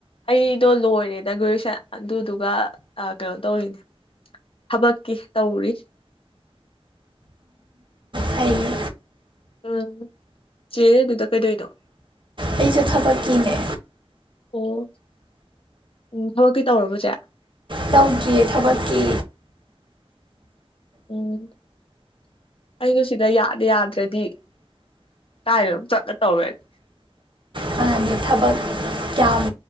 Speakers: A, on the left (about 65°); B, on the right (about 55°).
A: ꯑꯩꯗꯣ ꯂꯣꯏꯔꯦꯗ ꯒ꯭ꯔꯦꯖꯨꯌꯦꯁꯟ ꯑꯗꯨꯗꯨꯒ ꯀꯩꯅꯣ ꯇꯧꯔꯤꯅꯤ ꯊꯕꯛꯀꯤ ꯇꯧꯔꯤ
B: ꯐꯩꯌꯦ
A: ꯎꯝ ꯆꯦ ꯑꯗꯨꯗ ꯀꯩꯗꯣꯏꯅꯣ
B: ꯑꯩꯖꯨ ꯊꯕꯛ ꯀꯤꯅꯦ
A: ꯑꯣ ꯎꯝ ꯊꯕꯛꯇꯤ ꯇꯧꯔꯕꯣ ꯆꯦ
B: ꯇꯧꯗ꯭ꯔꯤꯌꯦ ꯊꯕꯛꯀꯤ
A: ꯎꯝ ꯑꯩꯩꯖꯨ ꯁꯤꯗ ꯌꯥꯗ ꯌꯥꯗ꯭ꯔꯗꯤ ꯀꯥꯏꯗꯅꯣꯝ ꯆꯠꯂ ꯇꯧꯔꯅꯤ
B: ꯍꯥꯟꯅ ꯊꯕꯛ ꯌꯥꯝ